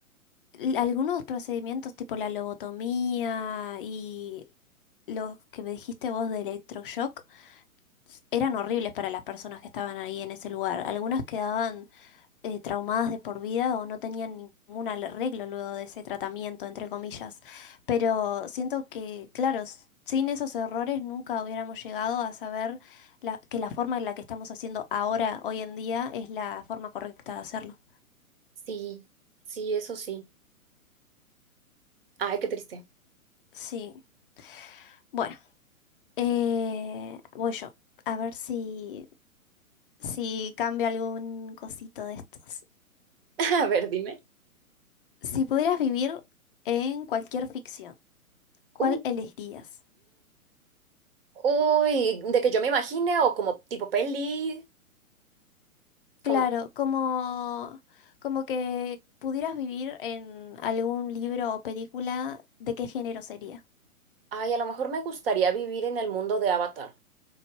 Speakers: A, on the left; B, on the right.
A: l- algunos procedimientos tipo la lobotomía y los que me dijiste vos de electroshock s- eran horribles para las personas que estaban ahí en ese lugar. Algunas quedaban eh, traumadas de por vida o no tenían ningún arreglo luego de ese tratamiento, entre comillas. Pero siento que, claro, s- sin esos errores nunca hubiéramos llegado a saber la- que la forma en la que estamos haciendo ahora, hoy en día, es la forma correcta de hacerlo.
B: Sí, sí, eso sí. Ay, qué triste.
A: Sí, bueno, eh, voy yo. A ver si, si cambio algún cosito de estos.
B: <laughs> A ver, dime.
A: Si pudieras vivir en cualquier ficción, ¿cuál
B: Uh,
A: elegirías?
B: Uy, de que yo me imagine o como tipo peli,
A: Claro,
B: como...
A: como, como que pudieras vivir en algún libro o película, ¿de qué género sería?
B: Ay, a lo mejor me gustaría vivir en el mundo de Avatar.